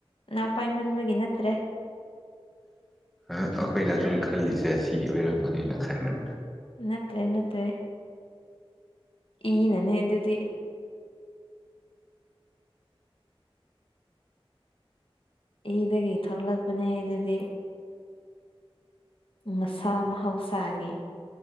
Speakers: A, on the left; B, in the centre.
A: ꯅꯪ ꯄꯥꯏꯃꯟꯕꯒꯤ ꯅꯠꯇ꯭ꯔꯦ
B: ꯑꯩꯈꯣꯏꯅ ꯑꯗꯨꯝ ꯈꯜꯂꯤꯁꯦ ꯁꯤꯒꯤ ꯑꯣꯏꯔꯝꯒꯅꯤꯅ ꯈꯟꯕꯅꯤꯅ
A: ꯅꯠꯇ꯭ꯔꯦ ꯅꯠꯇ꯭ꯔꯦ ꯏ ꯅꯅꯦ ꯑꯗꯨꯗꯤ ꯏꯗꯒꯤ ꯊꯣꯛꯂꯛꯄꯅꯦ ꯑꯗꯨꯗꯤ ꯃꯁꯥ ꯃꯍꯧꯁꯥꯒꯤ